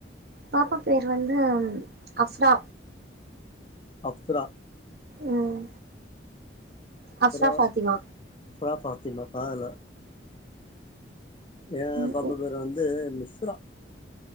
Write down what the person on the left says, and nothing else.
அஃப்ரா
அப்ரா
அஃப்ரா ஃபாத்திமா வா இல்ல என்
பாப்பா
பேரு வந்து மிஸ்ரா